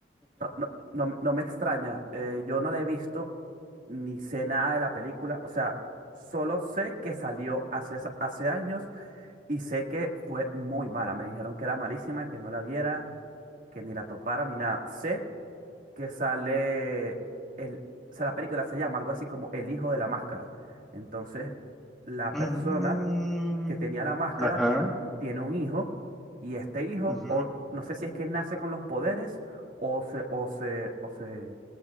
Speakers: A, on the right; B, in the centre.
A: No, no, no me no me extraña. eh, yo no la he visto ni sé nada de la película. O sea, solo sé que salió hace, es- hace años y sé que fue muy mala. Me dijeron que era malísima, que no la viera, que ni la topara, ni nada. Sé que sale el, o sea, la película se llama algo así como El hijo de la máscara. Entonces, la
B: Mm,
A: persona que tenía la máscara
B: Ajá.
A: tiene un, tiene un hijo y este hijo,
B: ujú.
A: o no sé si es que nace con los poderes o se, o se, o se,